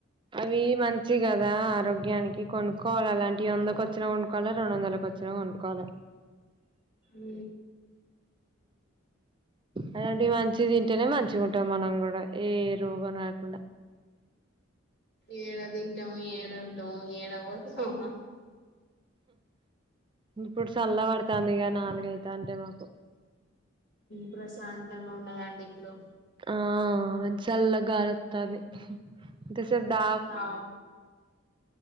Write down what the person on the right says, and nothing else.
అవి మంచి కదా ఆరోగ్యానికి కొనుక్కోవాలి అలాంటివి వందకి వచ్చినా కొనుక్కోవాలి రెండు వందల వచ్ చ్చిన కొనుక్కో ల
అలాంటి మంచి తింటేనే మంచి ఉంటాం మనం కూడా ఏ రోగం రాకుండా
ఇప్పుడు చల్ల పడుతాందిగ ఇక నాలుగైతాంటే మాకు
ఆ సల్లగా గాలోతంది ఎంతసేపు ద